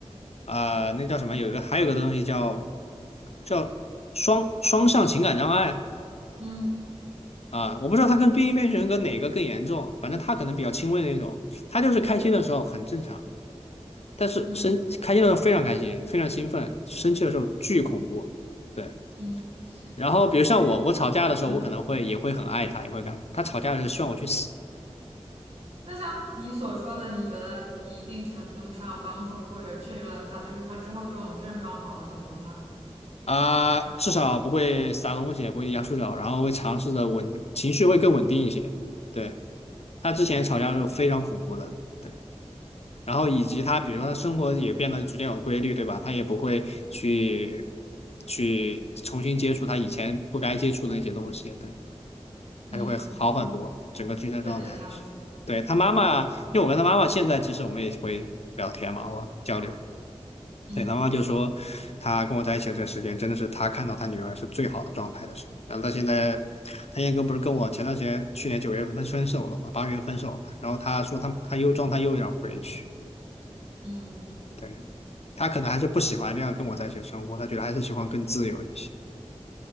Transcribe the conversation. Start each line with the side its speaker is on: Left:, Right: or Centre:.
Left: 呃，那叫什么？有一个还有个东西叫叫双双向情感障碍
Right: 嗯
Left: 啊，我不知道他跟边缘边缘人格哪个更严重，反正他可能比较轻微的那种，他就是开心的时候很正常，但是生开心的时候非常开心，
Right: 嗯
Left: 非常兴奋，生气的时候巨恐怖。对。
Right: 嗯，
Left: 然后比如像我，
Right: 但是，
Left: 我吵架的时候，
Right: 嗯，
Left: 我可能会也会很爱他，也会干嘛。他吵架的时候希望我去死
Right: 那像你所说的，你觉得你一定程度上帮助或者治愈了他，就是他之后这种症状好了很多吗？
Left: 啊、至少不会撒东西，也不会压手脚，然后会尝试着稳，情绪会更稳定一些。对，他之前吵架的时候非常恐怖的，对。然后以及他，比如说他生活也变得逐渐有规律，对吧？他也不会去去重新接触他以前不该接触的那些东西，对，
Right: 嗯，
Left: 他就会好很多，整个精神状态。
Right: 正能量一些，
Left: 对，他妈妈，因为我跟他妈妈现在其实我们也会聊天嘛，我交流。
Right: 嗯
Left: 对，他妈妈就说，他跟我在一起的这时间，真的是他看到他女儿是最好的状态的时候。然后他现在，他现在不是跟我前段时间去年九月份分手了嘛，八月份分手了。然后他说他他又状态又有要回去，
Right: 嗯
Left: 对，他可能还是不喜欢这样跟我在一起的生活，他觉得还是喜欢更自由一些。